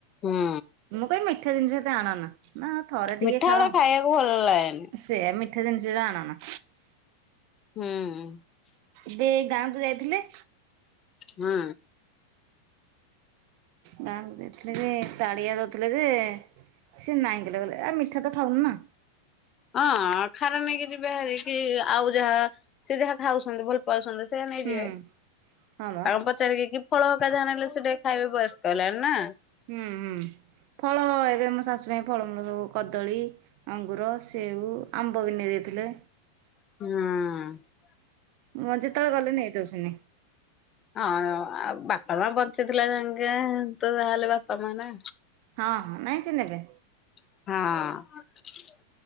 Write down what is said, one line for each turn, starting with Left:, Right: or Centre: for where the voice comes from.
Left: ହୁଁ
Right: ମୁଁ କହିବି ମିଠା ଜିନିଷ ଏତେ ଆଣନା ନା ଥରେ ଟିକେ
Left: ମିଠା
Right: ଖାଅ
Left: ଗୁଡା ଖାଇବାକୁ ଭଲ ଲାଗେନି।
Right: ସେଆ ମିଠେ ଜିନିଷ ଜା ଆଣ ନା।
Left: ହୁଁ।
Right: ଏବେ ଗାଁକୁ ଯାଇଥିଲେ?
Left: ହୁଁ।
Right: ଗାଁକୁ ଯାଇଥିଲେ ତାଡ଼ିଆ ଦୋଉଥିଲେ ଯେ ସିଏ ନାଇଁ କଲେଗଲେ ଆଉ ମିଠା ତ ଖାଉ ନା।
Left: ହଁ ଖାନା ନେଇକି ଯିବେ ବାହାରି କି ଆଉ ଯାହା ସିଏ ଯାହା ଖାଉଛନ୍ତି ଭଲ ପାଉଛନ୍ତି ସେୟା ନେଇଯିବେ
Right: ହୁଁ ହଁ ବା
Left: କଣ ପଚାରିକି ଫଳ ହରିକା ଯାହା ନେଲେ ସେ ଟିକେ ଖାଇବେ ବୟସ କଲାଣି ନା।
Right: ହୁଁ ହୁଁ। ଫଳ ଏବେ ମୋ ଶାଶୁ ପାଇଁ ଫଳମୂଳ ସବୁ କଦଳୀ ଅଙ୍ଗୁର ସେଉ ଆମ୍ବ ଭି ନେଇଯାଇଥିଲେ।
Left: ହଁ।
Right: ମୁଁ ଯେତବେଳେ ଗଲେ ନେଇ ଦଉ <unintelligible>
Left: ହଁ ଆ ବାପା ମା ବଞ୍ଚିଥିଲା ଯାଙ୍କେ ତୁ ତାହେଲେ ବାପା ମା।
Right: ହଁ ହଁ ନାଇଁ ସ <unintelligible>
Left: ହଁ।